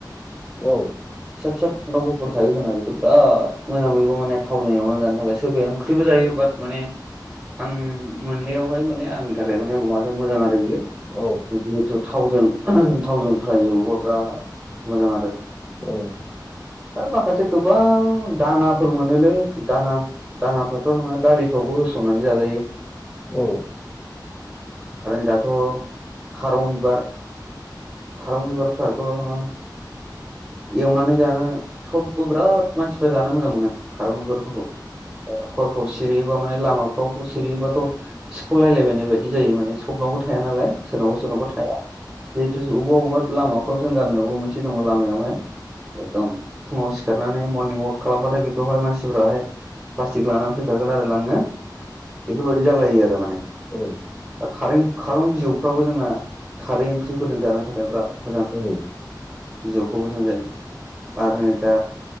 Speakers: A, on the left; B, on the right.
A: औ
B: फिसा फिसा फानथाव गफुर थायो जोंना बेखौ बिराद मोजां बेबो माने थावनायावनानै जानो थाखाय सोरबाया ओंख्रिबो जायो। माने आं मोननायैवहाय माने आंनि थाखाय माने माबाजों मोजां आरो आरो बियो
A: औ
B: जिहेथु थावजों थावजों फ्राय एवोबा बिराद मोजां आरो।
A: औ
B: आरो माखासे गोबां दाङाफोर मोनोलै दाङा दाङाफ्राथ' नोङो दालि। फ्रावबो होसननानै जाजायो
A: औ
B: आरो दा थ' खारं बिबार खारं बिबारफ्राथ' नोङो एवनानै जानो सबबो बिराद मानसिफ्रा जानो मोजां मोनो खारं बिबारफोरखौ। हरफ्राव सिरिहैयोबा माने लामाफ्राव सिरियोबाथ' सिख' लायलाबायनाय बायदि जायो माने सबनावबो थां। थाया नालाय सोरनावबा सोरनावबा थाया। जिहेथु बबेबा अबेबा लामाफ्राव जों गामियावबो मोनसे दङ लामायावहाय एकदम फुङाव सिखारनानै मरनिं अवाक खालामबाथाय बेखौहाय मानसिफोराहाय। प्लास्टिक लानानै फैखागोन आरो लांनो बेफोरबायदि जालायो आरो माने
A: औ औ
B: खारें खारं बिजौफ्राबो जोंना खारै ओंख्रिफोरजों जानो थाखाय बिराद। मोजां
A: औ।
B: बिजौखौबो जों जायो आरो नै दा